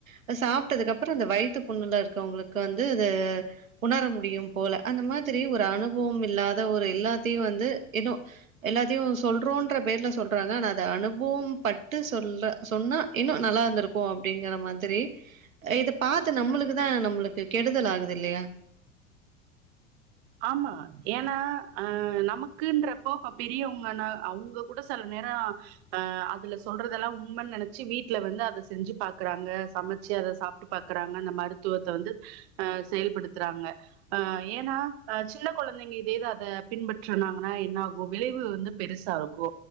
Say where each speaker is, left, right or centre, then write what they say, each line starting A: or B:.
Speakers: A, on the right; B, on the right.
A: அது சாப்ட்டதுக்கப்பறோ அந்த வய்த்து புண்ணுலா இருக்கவுங்களுக் வந்து அது உணர முடியும் போல அந்த மாதிரி ஒரு அனுபவம் இல்லாத ஒரு எல்லாத்தையு வந்து இன்னு எல்லாத்தையு சொல்றோன்ற பேர்ல சொல்றாங்க ஆனா அது அனுபவம் பட்டு சொல்ல சொன்னா இன்னு நல்லாருந்திருக் கு அப்டிங்கிற மாதிரி இத பாத்து நம்மளுக்குதா நம்மளுக்கு கெடுதல் ஆகுது இல்லியா
B: ஆமா ஏனா அ நமக்குன்றப்போ ப பெரியவங்கன்னா அவுங்க கூட செல நேரோ அ அதுல சொல்றதெல்லா உண்மைன்னு நெனைச்சு வீட்டுல வந்து அத செஞ்சு பாக்குறாங்க சம ச்சி அத சாப்ட்டு பாக்குறாங்க அந்த மருத்துவத்த வந்து அ செயல்படுத்துறாங்க அ ஏன்னா அ சின்ன கொழந்தைங்க இதேத அத பின்பற்றுனாங்கன்னா என்ன ஆகு விளைவு வந்து பெருசா இருக்கு